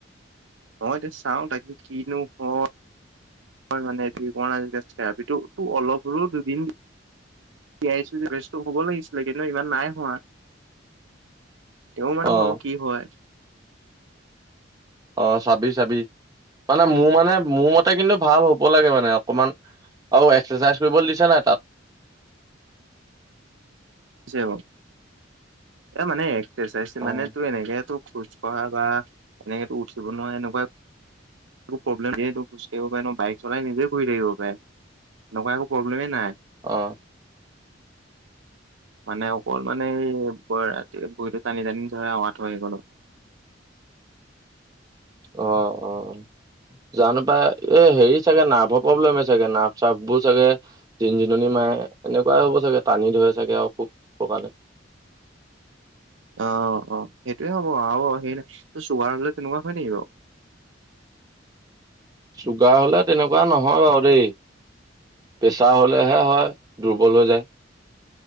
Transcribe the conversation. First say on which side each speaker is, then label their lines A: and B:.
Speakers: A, on the right (about 75°); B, on the right (about 20°).
A: অ এতিয়া চাও তাকে কিনো হয়। হয় মানে ঠিক হোৱা নাই যেতিয়া থৰাপিটো অলপ হলো দুদিন এইয়া বেস্তটো হ'ব লাগি ছিলে কিন্তু ইমান নাই হোৱা। তেওঁ মানে
B: অ
A: বাৰু কি হয়।
B: অ চাবি চাবি মানে মোৰ মানে মোৰ মতে কিন্তু ভাল হব লাগে মানে অকমান অ এক্সাৰচাইজ কৰিব দিছে নাই তাত?
A: দিছে বাৰু, এ মানে এক্সাৰচাইজ
B: অ',
A: মানে তোৰ এনেকে ত খোজ কঢ়া বা এনেকেতো উঠিব নহয় এনেকুৱা একো প্ৰব্লেমটো খোজ কাঢ়িব পাৰে ন বাইক চলাই নিজে কৰি থাকিব পাৰে এনেকুৱা একো প্ৰব্লেমেই নাই।
B: অ।
A: <inaudible> মানে অকল মানে এই ৰাতি ভৰিটো টানি টানি ধৰে আঠুৱা হেৰি খনত।
B: অ অ। জানো পাই এ হেৰি চাগে নাৰ্ভৰ প্ৰব্লেম চাগে নাৰ্ভ চাৰ্ভবোৰ চাগে জিন জিননি মাৰে এনেকুৱাই হ'ব চাগে টানি ধৰে চাগে আৰু খুব প্ৰকাৰণে।
A: অ অ সেইটোয়ে হ'ব আৰু সে নাই চোগাৰ নলে তেনেকুৱা হয় নেকি বাৰু?
B: চুগাৰ হলে তেনেকুৱা নহয় বাৰু দেই। প্ৰেছাৰ হ'লেহে হয় দুৰ্বল হৈ যায়।